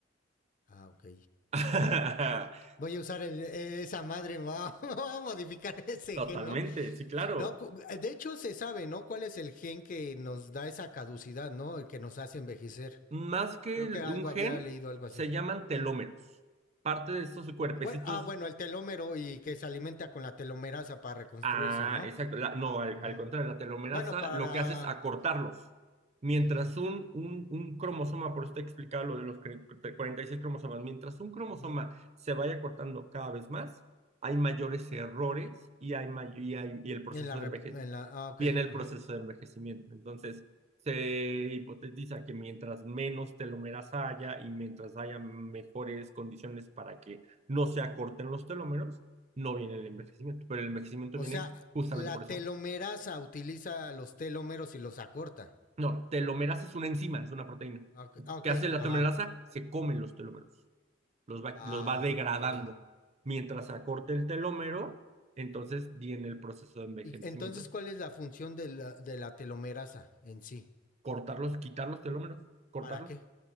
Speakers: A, on the left (about 45°); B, on the right (about 35°).
A: Ah, ok.
B: <laughs>
A: Voy a usar el- eh, esa madre, me va- <laughs> me voy a modificar ese
B: Totalmente,
A: gen, ¿no?
B: sí, claro.
A: No, cu- de hecho se sabe, ¿no? ¿Cuál es el gen que nos da esa caducidad, ¿no? El que nos hace envejecer.
B: más que
A: Creo
B: el-
A: que algo
B: un gen,
A: había leído, algo así.
B: se llaman telómeros. Parte de estos cuerpecitos,
A: Bueno, ah, bueno, el telómero y que se alimenta con la telomerasa para reconstruirse,
B: ah,
A: ¿no?
B: exacto, la- no, al,
A: Ujú.
B: al contrario, la telomerasa
A: Bueno, para...
B: lo que hace es acortarlos. Mientras
A: ujú,
B: un, un, un cromosoma, por eso te explicaba lo de los cre- 46 cromosomas, mientras un cromosoma
A: ujú.
B: se vaya cortando cada vez más, hay mayores errores y, hay may- y, hay- y el proceso
A: En la, rep-
B: de enveje-
A: en la... Ah, ok.
B: viene el
A: ajá.
B: proceso de envejecimiento. Entonces, se hipotetiza que mientras menos telómeras haya y mientras haya mejores condiciones para que no se acorten los telómeros, no viene el envejecimiento, pero el envejecimiento
A: O
B: viene
A: sea,
B: justamente
A: la
B: por eso.
A: telomerasa utiliza los telómeros y los acorta.
B: No, telomerasa es una enzima, es una proteína.
A: Ah, ok, ah, ok,
B: ¿Qué hace la
A: ajá.
B: telomerasa? Se comen los telómeros, los va,
A: Ah,
B: los va degradando.
A: ok.
B: Mientras se acorte el telómero, entonces viene el proceso de envejecimiento.
A: Y entonces, ¿cuál es la función de la, de la telomerasa en sí?
B: Cortarlos, quitar los telómeros, cortarlos.
A: ¿Para qué?